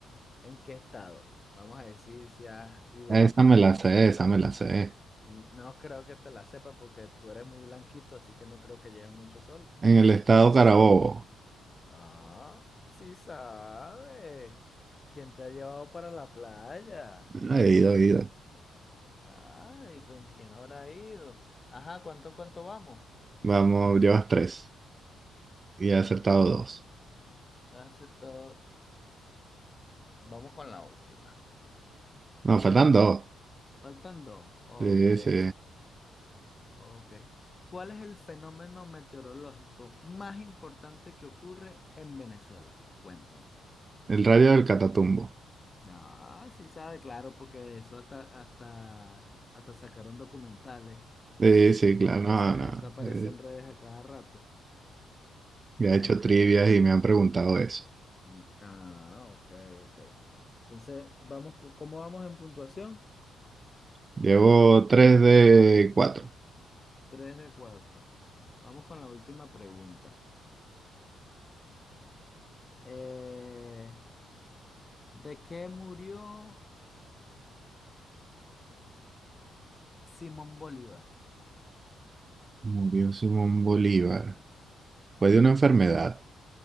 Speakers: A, on the left (about 30°); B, on the right (about 35°).
A: ¿En qué estado? Vamos a decir si has ido
B: Esa
A: a playa.
B: me la sé, esa me la sé.
A: N- No creo que te la sepa porque tú eres muy blanquito, así que no creo que lleves mucho sol,
B: En
A: así
B: el estado
A: que no vas
B: Carabobo.
A: para... Ah, sí sabe. ¿Quién te ha llevado para la playa?
B: Ah, He ido, he ido.
A: Ay, ¿con quién habrá ido? Ajá, ¿cuánto, cuánto vamos?
B: Vamos, llevas tres. Y he acertado dos.
A: Hace todo... Vamos con la última.
B: No, faltan dos.
A: Faltan dos. Ok,
B: Sí, sí.
A: ok. ¿Cuál es el fenómeno meteorológico más importante que ocurre en Venezuela? Cuéntame.
B: El rayo del Catatumbo.
A: Ah, sí sabe, claro, porque de eso hasta, hasta, hasta sacaron documentales.
B: Sí, sí,
A: Claro
B: claro.
A: que
B: No,
A: sabe,
B: no.
A: eso aparece
B: Eh,
A: en redes a cada rato.
B: ya he
A: Ok.
B: hecho trivias y me han preguntado eso.
A: Mm, Ah, ok, ok. Entonces, vamos, co- ¿cómo vamos en puntuación?
B: Llevo tres de cuatro.
A: Tres de cuatro. Vamos con la última pregunta. Eh, ¿De qué murió Simón Bolívar?
B: Murió Simón Bolívar. Fue de una enfermedad.